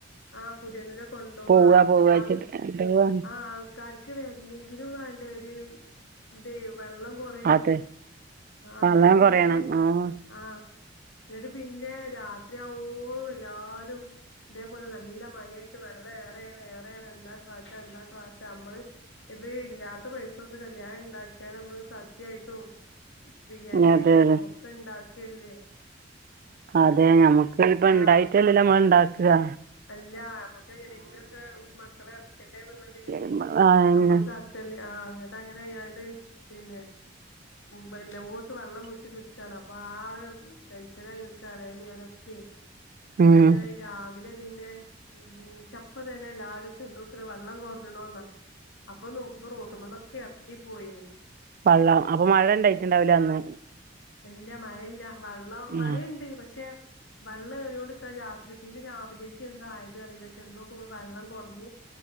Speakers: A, on the left; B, on the right.
A: ആഹ് പുതിയണ്ണിനെ കൊണ്ടോവാ
B: പോവാ പോവാച്ചിട്ട്
A: ആൾ
B: എന്തുവാണ്
A: ആഹ് ആൾ ക്കാർക്ക് വരണെങ്കിലും വേണ്ടെ ഒര് ഇതേ വെള്ളം കൊറയാ
B: അതെ
A: ആഹ്
B: വെള്ളം
A: ങ്ങട്ട് പിന്നെ
B: കൊറയണം ആഹ്
A: ആഹ് എന്നിട്ട് പിന്നെ രാത്രിയാവോളം എല്ലാരും പോലെ നല്ല മഴ ആയിട്ട് വെള്ളം ഏറേണ് ഏറേണ് എന്താ കാട്ടാ എന്താ കാട്ടാ നമ്മള് ഇത് ഇല്ലാ എത്ര പൈസ കൊട്ത്ത് കല്യാണം ണ്ടാക്കിയാ നമ്മള് സദ്യായിട്ടും ബിരിയാണിയിട്ടും
B: അതെ അതെ
A: ക്കണ്ടാക്കല്ലേ.
B: അതെ ഞമ്മക്ക് ഇപ്പ
A: ആഹ്
B: ഇണ്ടായിട്ടല്ലല്ലോ നമ്മൾ ണ്ടാക്കാ.
A: അല്ല <unintelligible> മക്കളെ എർക്കട്ടെ ന്ന്ള്ളതില്
B: ആന്നെ
A: നമ്മള് <unintelligible> കല്യാ ആഹ് ങ്ങട്ട് അങ്ങനെ അയ്യാണ്ട് പിന്നെ വെല്ല ഓട്ത്ത് വെള്ളം വട്ടി നിക്കാണ് അപ്പ ആകെ ടെൻഷനായി ന്ന്ക്കാണ് മ്മിം ഓലൊക്കെ. <unintelligible>
B: ഉം
A: രാവിലെ പിന്നെ നീചപ്പ തന്നെല്ലാരും ചെന്നോക്ക്ണ വെള്ളം കൊർഞ്ഞ്ണോ ന്നാ. അപ്പ നോക്കുമ്പോ റോട്ട്മന്നൊക്കെ എർങ്ങി പോയിന്.
B: വള്ള അപ്പ മഴ ണ്ടായിട്ടുണ്ടാവില്ല അന്ന്.
A: അല്ല മഴല്ല വള്ളം
B: ഉം
A: മഴണ്ട് പക്ഷെ വള്ളേറിയോണ്ട്ക്ക രാത്രി പിന്നെ രാവിലെ ക്കി എന്തായത് അറീല ചെന്നോക്കുമ്പോ വെള്ളം കൊർഞ്ഞ്